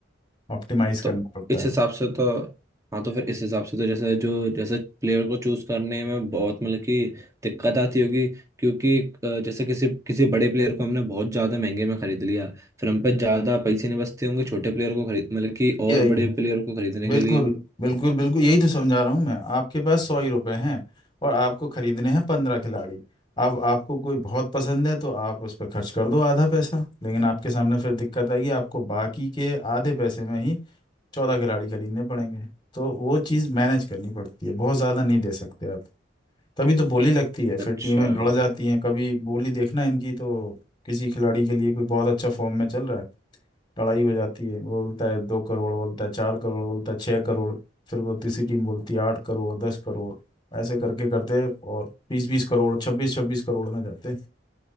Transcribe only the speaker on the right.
तो
इस
हिसाब से तो हाँ तो फिर इस हिसाब से तो जैसे जो जैसे प्लेयर को चूज करने में बहुत मतलब कि दिक्कत आती होगी क्योंकि अ, जैसे किसी किसी बड़े प्लेयर को हमने बहुत ज्यादा महंगे में खरीद लिया फिर हम पे ज्यादा पैसे नहीं बचते होंगे छोटे प्लेयर को खरीद मतलब कि और
बड़े
प्लेयर को खरीदने
के लिए
अच्छा